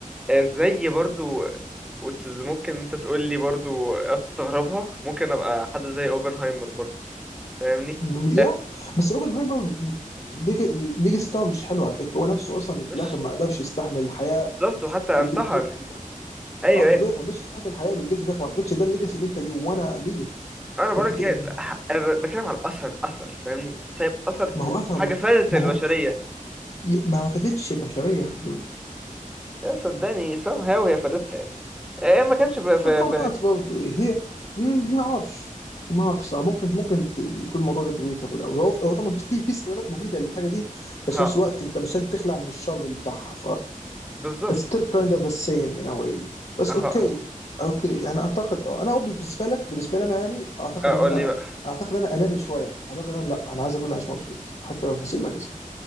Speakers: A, in the centre; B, on the left (about 50°).
A: آه زي برضو وتشز ممكن انت تقول لي برضو هتستغربها ممكن ابقى حد زي اوبنهايمر برضو فاهمني
B: م- يا
A: آه،
B: بس اوبنهايمر الليجاسي بتاعه مش حلو على فكره هو نفسه اصلا
A: مش
B: في الاخر ما قدرش يستحمل الحياه
A: بالظبط وحتى
B: ب-
A: انتحر
B: بالجلد ده
A: ايوه
B: اه
A: ايوه
B: ما بقول لك ما قدرش يستحمل الحياه بالجلد ده فما اعتقدش ده الليجاسي اللي انت يو وانا ليف
A: انا بقولك
B: ما انت ك...
A: يعني ح-
B: ده-
A: أنا بتكلم على الاثر اثر فاهمني سايب اثر
B: ما هو اثر
A: وحاجه
B: ما,
A: فادت
B: ما
A: البشريه
B: هو ي- ما فاتتش البشريه يا دود
A: يا صدقني somehow هي فادتها يعني إيه إيه، ما كانش في
B: somehow
A: في في
B: not برضه هي مم، ما اعرفش ما اعرفش صح ممكن ممكن ت- يكون الموضوع ده debatable او هو هو طبعا في في في سلبيات مفيده للحاجه دي بس
A: ها
B: في نفس الوقت انت مش قادر تخلع من الشر اللي بتاعها
A: بالظبط
B: It's still kind of the same in a way بس
A: ها ها
B: اوكي اوكي يعني اعتقد اه انا برضه بالنسبه لك بالنسبه لي انا يعني اعتقد
A: اقول
B: ان انا
A: لي بقى
B: اعتقد ان انا اناني شويه اعتقد ان لا انا عايز اكون عايش مبسوط حتى لو مش هسيب ليجاسي